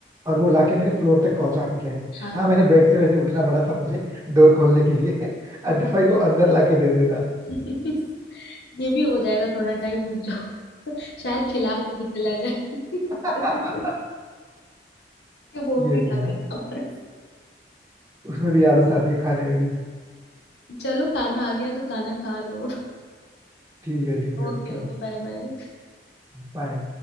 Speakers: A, on the right; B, on the left.
A: और वो लाके मेरे फ्लोर तक पहुंचा के गए
B: हाँ
A: हाँ मैंने बेड से वैसे उठना पड़ा था मुझे डोर खोलने के लिए <laughs> अदरवाइज वो अंदर लाके दे देता
B: <laughs> ये भी हो जाएगा थोड़ा टाइम रुक जाओ शायद खिला के भी चला जाए <laughs>
A: <laughs>
B: कि वो
A: ये
B: भी
A: भी
B: ना करना
A: है
B: पड़े।
A: उसमें भी आलस आती है खाने में भी
B: चलो खाना आ गया तो खाना खा लो
A: ठीक है ठीक है
B: Okay
A: ओके
B: okay Bye bye
A: बाय